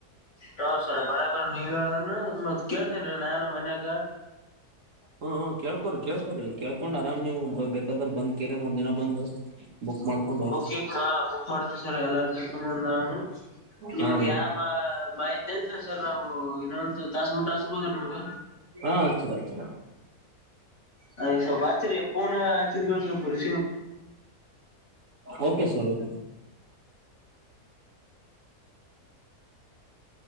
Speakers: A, on the left (about 45°); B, on the right (about 55°).
A: ಹೌ ಸರ ಬರಬರ ನೀವ ಹೇಳ ಮತ್ತ್ ಕೇಳ್ತೇನ್ರೀ ನಾನ ಮನ್ಯಾಗ
B: ಹ ಹ್ಮ ಕೇಳ್ಕೋರರಿ ಕೇಳ್ಕೋರಿ ಕೇಳ್ಕೊಂಡ್ ಆರಾಮ್ ನೀವು ಬೇಕಾದ್ರ ಬಂದ್ ಕೀರನ್ ಒಂದ ದಿನ ಬಂದ್ ಬುಕ್ ಮಾಡ್ಕೊಂಡ್ ಹೋರಿ
A: ಬುಕ್ ಮಾ ಬುಕ್ ಮಾಡ್ತಿವಿ ಸರ್ ಎಲ್ಲಾರ ಕರ್ಕಮ್ಮಂದ ನಾವ ನಿಮ್ಗ
B: ಹಾ ರೀ
A: ಯಾವ ಮಾ ಮಾಹಿತಿ ಅಂತ ಸರ್ ನಾವು ಇನ್ನೊಂದು ತಾಸಬುಡ್ ಹಚ್ಚಬೋದ್ರಾ ನಿಮ್ಗ
B: ಹಾ ಅಚ್ಚಿರ ಅಚ್ಚರ
A: ಹ ಸ್ವಲ್ಪ ಆಚ್ಚಚರ್ಯ ಪೂನ ಆಚ್ಚಿದಕೊಂಡ್ ಸ್ವಲ್ಪ ಬರೀ
B: ಓಕೆ ಸರ್ ಓಕೆ